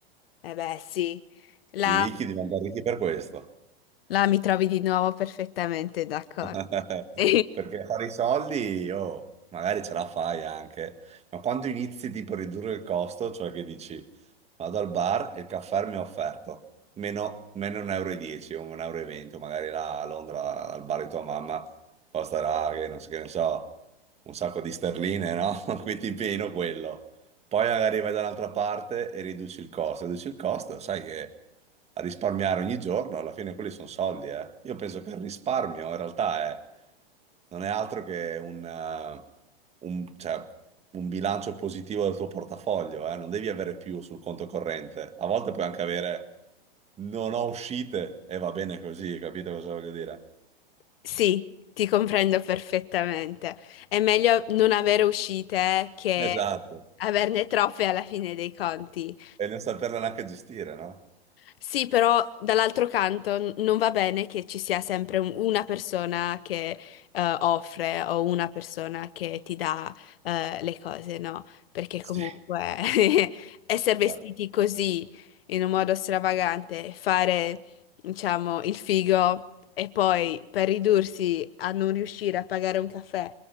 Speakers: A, on the left; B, on the right.
A: Eh beh, sì. Là,
B: I ricchi diventano ricchi per questo.
A: là mi trovi di nuovo perfettamente d'accordo.
B: <laughs>
A: <laughs>
B: Perché fare i soldi, oh, magari ce la fai anche, ma quando inizi tipo a ridurre il costo, cioè che dici vado al bar e il caffè mi è offerto meno, meno 1,10 euro e dieci o 1,20 euro, e venti, o magari là a Londra al bar di tua mamma costerà, che non so, che ne so, un sacco di sterline, no? <laughs> Quindi ti impegno quello. Poi magari vai da un'altra parte e riduci il costo, riduci il costo, sai che a risparmiare ogni giorno, alla fine quelli sono soldi, eh. Io penso che il risparmio in realtà è- non è altro che un, eh, un- cioè, un bilancio positivo del tuo portafoglio, eh. Non devi avere più sul conto corrente. A volte puoi anche avere non ho uscite e va bene così, capito cosa voglio dire?
A: Sì, ti comprendo perfettamente. È meglio non avere uscite che
B: Esatto.
A: averne troppe alla fine dei conti.
B: E non saperle neanche gestire, no?
A: Sì, però dall'altro canto n- non va bene che ci sia sempre un- una persona che eh, offre o una persona che ti dà eh, le cose, no? Perché
B: Sì.
A: comunque <laughs> essere vestiti
B: Eh,
A: così in un modo stravagante, fare, diciamo, il figo e poi per ridursi a non riuscire a pagare un caffè